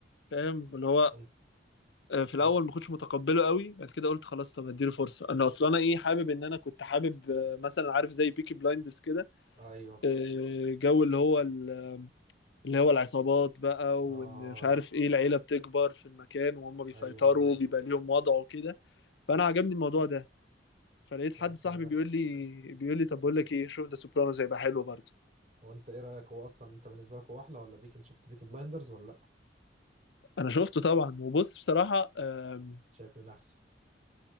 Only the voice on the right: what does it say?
وانت
وانت
ايوه
اه
ايوه انا عارف
وانت
لا
وانت ايه رأيك هو اصلا انت بالنسبة لك هو احلى ولا بيك انت شفت بيكي بلايندرز ولا لا
شايف مين احسن